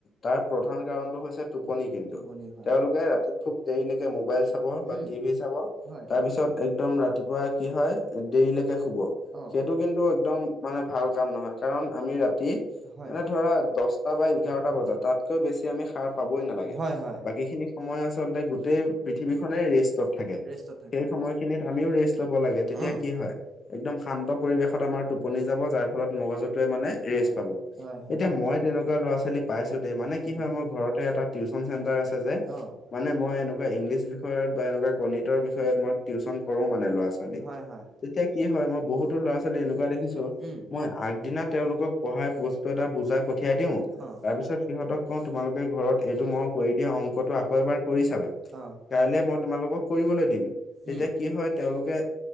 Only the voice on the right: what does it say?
টোপনি হয়,
উম,
হয়,
অ',
হয়,
হয় হয়,
ৰেষ্টত থাকে
হয়,
উম,
হয়,
হয় হয়,
উম,
অ',
হয় হয়।
উম।
অ',
অ'।
উম,